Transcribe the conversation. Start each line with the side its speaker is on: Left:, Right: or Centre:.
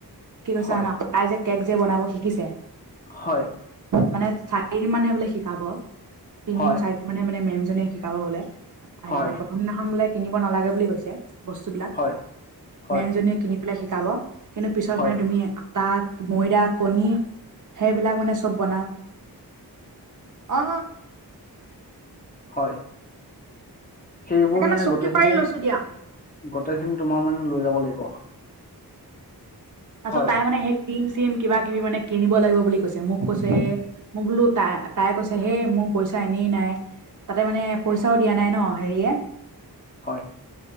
Right: কি কৈছে
Left: হয়
Right: জানা আই যে কেক যে বনাব শিকিছে
Left: হয়
Right: মানে চাৰিদিন মানহে বোলে শিকাব তিনদিন
Left: হয়
Right: চাৰিদিন মহে মানে মেমজনীয়ে শিকাব বোলে আহ
Left: হয়
Right: প্ৰথম দিনাখন বোলে কিনিব নালাগে বুলি কৈছে বস্তুবলাক
Left: হয় হয়
Right: মেমজনীয়ে কিন শিকাব কিন্তু পিছত
Left: হয়
Right: মানে তুমি আটা ময়দা কণী সেইবিলাক মানে চব বনাওঁ অ
Left: হয়। সেইবোৰ
Right: সেইকাৰণে
Left: মানে
Right: চকী
Left: গোটেইখিনি,
Right: পাৰি লৈছো দিয়া
Left: গোটেইখিনি তোমাৰ মানে লৈ যাব লাগিব।
Right: তাৰিছত
Left: হয়
Right: তাই মানে সেই কিম চিম কিবা কিবি মানে কিনিব লাগিব বুলি কৈছে মোক কৈছে- মই বোলো তাই তাই কৈছে হেই মোৰ পইচা এনেই নাই। তাতে মানে পইচাও দিয়া নাই ন হেৰিয়ে-
Left: হয়